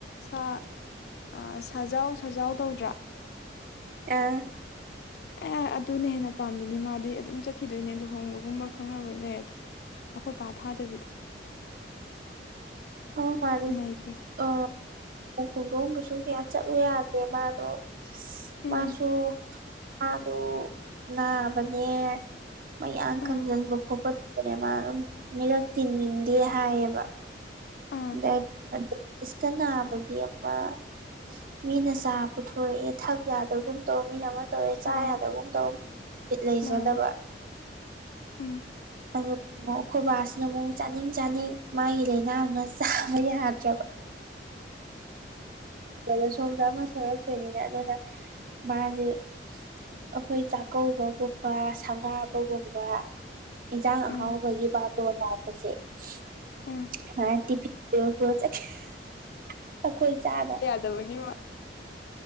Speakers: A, on the left; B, on the right.
A: ꯁꯥ ꯑ ꯁꯥꯖꯥꯎ ꯁꯥꯖꯥꯎ ꯇꯧꯗ꯭ꯔꯥ
B: ꯑ
A: ꯑꯦ ꯑꯗꯨꯅ ꯍꯦꯟꯅ ꯄꯥꯝꯕꯤꯅꯦ ꯃꯥꯗꯤ ꯑꯗꯨꯝ ꯆꯠꯈꯤꯗꯣꯏꯅꯦ ꯂꯨꯍꯣꯡꯕꯒꯨꯝꯕ ꯈꯪꯅꯕꯩ ꯂꯩꯔꯗꯤ ꯑꯩꯈꯣꯏ ꯄꯥ ꯊꯥꯗꯕꯤ
B: ꯑꯋꯣ ꯄꯥꯗꯤ
A: ꯅꯩꯈ꯭ꯔꯦ
B: ꯑ ꯎꯍꯣꯡꯗꯣꯡꯕꯁꯨ ꯀꯌꯥ ꯆꯠꯂꯨ ꯌꯥꯗꯦ ꯃꯥꯗꯣ
A: ꯎꯝ
B: ꯃꯥꯁꯨ ꯃꯥꯗꯨ ꯅꯥꯕꯅꯦ ꯃꯌꯥꯡ
A: ꯎꯝ
B: ꯀꯪꯖꯟꯕ ꯈꯣꯠꯄꯕꯅꯦ ꯃꯥ ꯑꯝ ꯃꯤꯔꯛ ꯇꯤꯟꯅꯤꯡꯗꯦ ꯍꯥꯏꯌꯦꯕ
A: ꯑꯥ
B: ꯗꯥꯏ ꯑ ꯏꯁꯀ ꯅꯥꯕꯒꯤ ꯑꯃ ꯃꯤꯅ ꯆꯥ ꯄꯨꯊꯣꯔꯛꯑꯦ ꯊꯛ ꯌꯥꯗꯕꯒꯨꯝ ꯇꯧ ꯃꯤꯅ ꯑꯃ ꯇꯧꯋꯦ
A: ꯍꯣꯏ
B: ꯆꯥ ꯌꯥꯗꯕ ꯑ <unintelligible> ꯇꯧꯠ <unintelligible> ꯂꯩꯖꯗꯕ
A: ꯃꯥꯅꯦ ꯎꯝ
B: ꯑ <unintelligible> ꯑꯃꯛ <unintelligible> ꯑꯩꯈꯣꯏ ꯕꯥꯁꯤꯅ ꯑꯃꯨꯛ ꯆꯥꯅꯤꯡ ꯆꯥꯅꯤꯡ ꯃꯥꯒꯤ ꯂꯥꯏꯅꯥꯗꯨꯅ ꯆꯥꯕ ꯌꯥꯗ꯭ꯔꯕ ꯕꯗ <unintelligible> ꯁꯣꯝꯗ <unintelligible> ꯑꯃ ꯁꯣꯏꯔꯛꯇꯣꯏꯅꯤꯅ ꯑꯗꯨꯅ ꯃꯥꯖꯦ ꯑꯩꯈꯣꯏ ꯆꯥꯛꯀꯧꯕꯒꯨꯝꯕ ꯁꯪꯒꯥꯕꯒꯨꯝꯕ ꯏꯟꯁꯥꯡ
A: ꯎꯝ
B: ꯑꯍꯥꯎꯕꯒꯤ ꯕꯥꯇꯣꯟ ꯂꯥꯛꯄꯁꯦ <unintelligible>
A: ꯎꯝ
B: ꯇꯤꯤ <unintelligible> ꯟꯄꯨꯔ ꯄꯨꯔ ꯆꯠꯈꯤꯗꯣꯏꯅꯦ ꯈꯣꯏ <unintelligible> ꯆꯥꯗ
A: ꯑꯗꯨꯒꯤ <unintelligible>